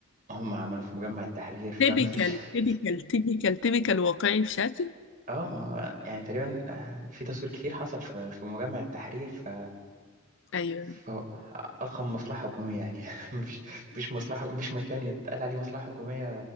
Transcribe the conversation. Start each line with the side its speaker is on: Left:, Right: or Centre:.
Right: هم عملوا في مجمع التحرير فما
Left: تيبيكال
Right: فيش <laughs>
Left: تيبيكال تيبيكال تيبيكال واقعي في شكل
Right: اه ما هو يعني تقريبا آه، في تصوير كتير حصل في في مجمع التحرير ف
Left: ايوه
Right: ف- اضخم مصلحه حكوميه يعني <laughs> مفيش مفيش مصلحه مفيش مكان يتقال عليه مصلحه حكوميه